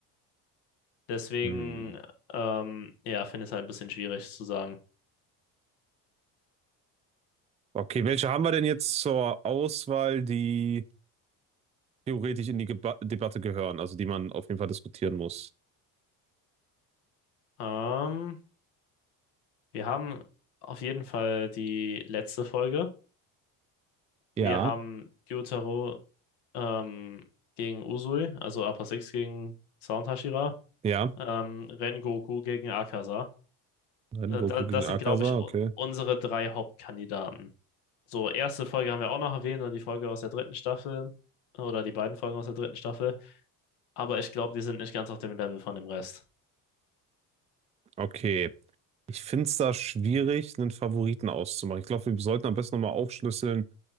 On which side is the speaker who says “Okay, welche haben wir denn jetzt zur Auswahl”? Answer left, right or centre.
Right